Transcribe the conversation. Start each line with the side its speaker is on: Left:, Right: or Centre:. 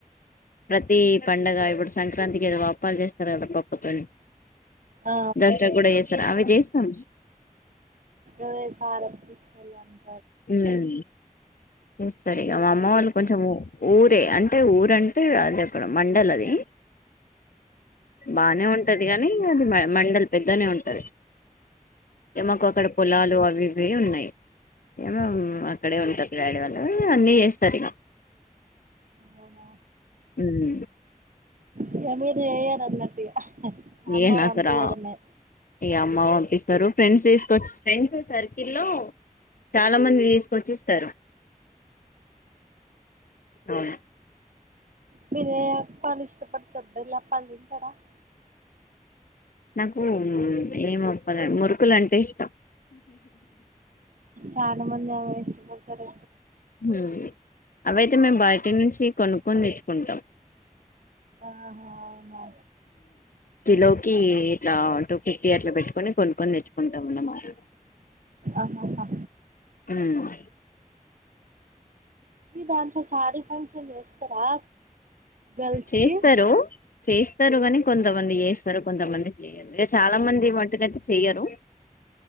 Left: ప్రతి ప పండగా ఇప్పుడు సంక్రాంతికి ఏదో అప్పాలు చేస్తారు కదా పప్పుతోని
Right: ఆ
Left: దసరా కూడా చేస్తారా అవి చేస్తాం
Right: ే సాల <unintelligible>
Left: ఉం చేస్తరు ఇగ మా అమ్మ వాళ్ళు కొంచెం ఊరే అంటే అంటే ఊరంటే అది అక్కడ మండల్ అది బానే ఉంటది కానీ అది మ మండల్ పెద్దనే ఉంటది మాకు అక్కడ పొలాలు అవి ఇవి ఉన్నాయి ఏమో అక్కడే ఉంటది డాడి వాళ్ళు అన్నీ చేస్తారు ఇక
Right: అవునా
Left: ఉం
Right: ఇగ మీరు చెయ్యరు అన్నట్టు ఇగ అమ్మ
Left: ఏ నాకు
Right: పంపియడమే
Left: రా ఇగ అమ్మ పంపిస్తరు ఫ్రెండ్స్ తీసుకొచ్చ ఇస్తే ఫ్రెండ్స్ సర్కిల్ లో చాలా మంది తీసుకొచ్చిస్తారు అవును
Right: మీరే పని ఇష్టపడుతుద్ద ఇలా పని తింటడా <unintelligible>
Left: నాకు ఏమప్పాలు మురుకులు అంటే ఇష్టం
Right: చాలా మంది అవే ఇష్ట పడతారు
Left: ఉం అవైతే మేము బయటి నుంచి కొనుక్కొని తెచ్చుకుంటాం
Right: ఆహా అవునా
Left: కిలోకి ఇట్లా టూ ఫిఫ్టీ అట్లా పెట్టుకని కొనుకొని తెచ్చుకుంటాంన్నమాట
Right: ఆహాహా
Left: ఉ
Right: మీ దాంట్లో సారీ ఫంక్షన్ చేస్తారా గర్ల్స్
Left: చేస్తారు
Right: కి
Left: చేస్తారు కాని కొంతమంది చేస్తారు కొంతమంది చేయరు ఇక చాలా మంది మటుకు అయితే చెయ్యరు